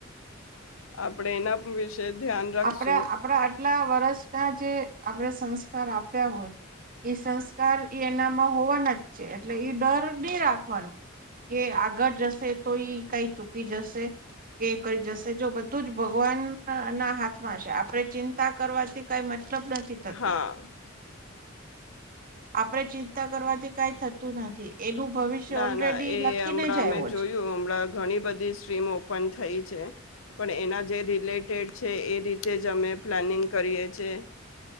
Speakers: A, on the left; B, on the right.
A: આપણેે એના વિશે ધ્યાન રાખશું
B: આપણા આપણા આટલા વર્ષના જે આપણે સંસ આપ્યા હોય એ સંસ્કાર એ એનામાં હોવાના જ છે એટલે ડર બે રાખવાનો. કે આગળ જશે તો ઈ કઈ ચૂકી જશે કે કરી જશે, જો બધું જ ભગ ભગવાનના ના હાથ હાથમા છે આપણે ચિંત ચિંતા કરવાથી કઈ મતલ મતલબ નથી થતો.
A: હા
B: આપડે ચિંતા કરવાથી કઈ થતું નથી. એનું ભવિષ્ય
A: ના
B: ઓલરેડી
A: ના એ
B: લખીને
A: હમણાં
B: જ આવ્યો
A: અમે જોયું
B: છે
A: હમણાં ઘણી બધી સ્ટ્રીમ ઓપન થઈ છે. પણ એના જે રિલેટેડ છે એ રીતે જ અમે પ્લાનિંગ કરીએ છીએ